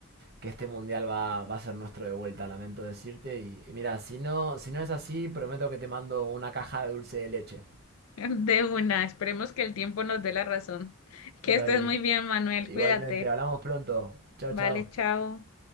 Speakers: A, on the right; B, on the left.
A: que este mundial va, va a ser nuestro de vuelta, lamento decirte. Y, y mira, si no, si no es así, prometo que te mando una caja de dulce de leche.
B: <laughs> de una, esperemos que el tiempo nos dé la razón. Que
A: Dale.
B: estés muy bien, Manuel,
A: Igualmente,
B: cuídate.
A: hablamos pronto. Chao,
B: Vale,
A: chao.
B: chao.